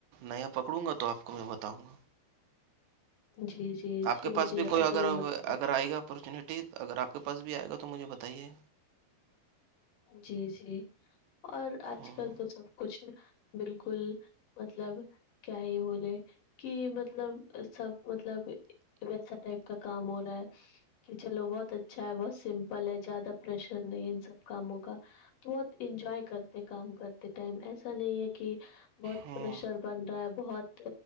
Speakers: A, on the right; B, on the left.
A: نیا پکڑوں گا تو آپ کو میں بتاؤں گا
B: جی جی
A: آپ
B: جی
A: کے
B: مجھے
A: پاس بھی
B: یاد
A: کوئی اگر
B: ضرور بتائیے
A: اگر آئے گا اپارچونیٹی اگر آپ کے پاس بھی آئے گا تو مجھے بتائیے
B: جی جی اور اج
A: ہوں
B: کل تو سب کچھ بالکل مطلب کیا یہ بولے کہ مطلب سب مطلب ایسا ٹائپ کا کام ہو رہا ہے کہ چلو بہت اچھا ہے بہت سمپل ہے زیادہ پریشر نہیں سب کاموں کا تو بہت انجوائے کرتے کام کرتے ٹائم ایسا نہیں ہے کہ بہت
A: ہوں
B: پریشر بن رہا ہے بہت